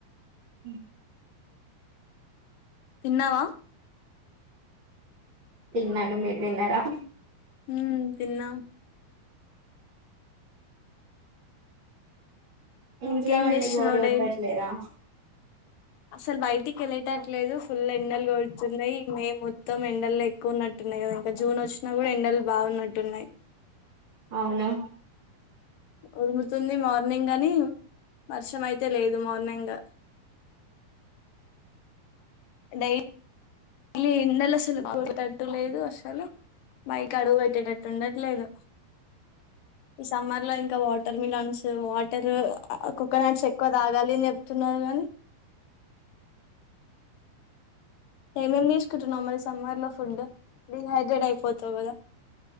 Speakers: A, on the right (about 30°); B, on the left (about 75°).
A: ఉహ్
B: తిన్నావా
A: తిన్నాను మీరు తిన్నారా
B: ఉమ్ తిన్నా
A: ఇంట్లో
B: ఇంకేం
A: ఉండి
B: చేస్తున్నావు
A: గోరు
B: డైలీ
A: కొటట్లేదా
B: అసలు బయటికి వెళ్ళటంలేదు ఫుల్ ఎండలు గడుతున్నాయి. మే మొత్తం ఎండలు ఎక్కువ ఉన్నట్టున్నాయి. కదా ఇంకా జూన్ వచ్చిన కూడా ఎండలు బాగున్నట్టున్నాయి.
A: అవును
B: ఉరుముతుంది మార్నింగ్ అని వర్షం అయితే లేదు మార్నింగు డైలీ డలీ ఎండలు సలు కొటట్ లేదు అసలు మైకి అడుగు పెట్టేటట్టు ఉండట్లేదు ఈ సమ్మర్ లో ఇంకా వాటర్ మిలన్స్ వాటర్ కోకోనట్స్ ఎక్కువ తాగాలి అని చెప్తున్నారు కానీ ఏమేం తీసుకుంటున్నాం. మరి సమ్మర్ లో ఫుడ్ డిహైడ్రేట్ అయిపోతావు కదా.